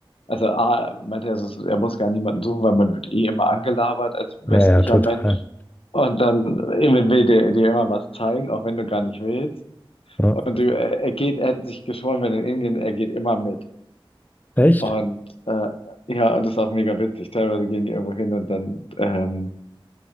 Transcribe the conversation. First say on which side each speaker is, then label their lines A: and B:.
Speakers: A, on the left (about 85°); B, on the left (about 20°).
A: also A, meinte er, es ist- er muss gar niemanden suchen, weil man wird eh immer angelabert als westlicher
B: Ja, ja, total.
A: Mensch. Und dann äh, will der dir immer was zeigen, auch wenn du gar nicht willst.
B: Ja.
A: Und du, er, er geht, er hat sich geschworen, wenn in Indien, er geht immer mit.
B: Echt?
A: Und äh, ja, und das ist auch mega witzig. Teilweise gehen die irgendwo hin und dann ähm,